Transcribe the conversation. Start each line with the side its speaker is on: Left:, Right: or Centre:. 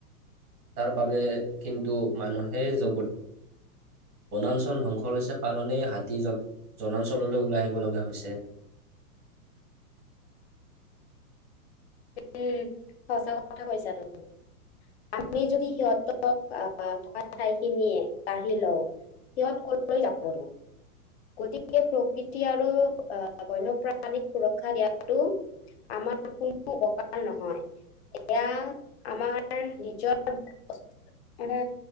Right: তাৰ বাবে, কিন্তু মানুহে জগৰি বনাঞ্চল ধ্বংস হৈছে কাৰণে, হাতী জ জনাঞ্চললৈ ওলাই আহিব লগা হৈছে।
Left: উম, সঁচা কথা কৈছা তুমি। আমি যদি সিহঁতৰ, আহ থকা ঠাইখিনিয়ে কাঢ়ি লওঁ সিহঁত ক'লৈ যাবনো। গতিকে প্ৰকৃতি আৰু, আহ বন্যপ্ৰাণীক সুৰক্ষা দিয়াটো আমাৰ <unintelligible> উপকাৰ নহয়, এয়া আমাৰ নিজৰ মানে,